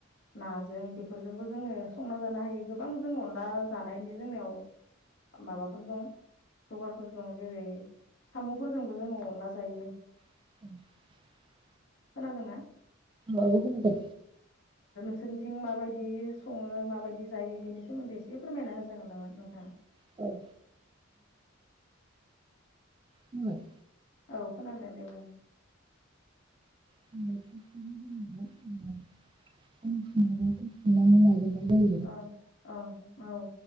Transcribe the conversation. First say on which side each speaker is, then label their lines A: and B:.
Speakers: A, on the left; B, on the right.
A: नाजों बेफोरजोंबो जोङो संना जानो हायो। गोबां जों अनला जानायनि जोंनियाव माबाफोर दं। जगारफोर दं जेरै सामु फोरजोंबो जोङो अनला जायो
B: <inaudible>
A: खोनादोंना।
B: औ खोनादों।
A: सोरथिं माबायदि सङो माबायदि जायो बेनि सोमोन्दै एसे फोरमायना होजागोन नामा नोंथाङा?
B: औ <unintelligible> <unintelligible>
A: औ खोनादों दे बुं।
B: <unintelligible> जायो
A: अ अ औ।